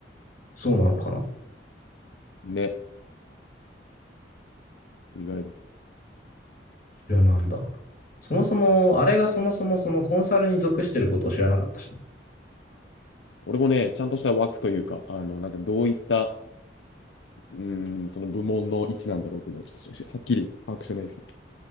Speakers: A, on the left (about 50°); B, on the left (about 85°).
A: そうなのかな
B: ね、意外です。
A: 知らなんだ。そもそも、あれがそもそもそのコンサルに属してることを知らなかったしな。
B: 俺もね、ちゃんとした枠というか、あの、なんかどういったうーんその部門の位置なんだろうっていうのはちょっとはっきり把握してないですね。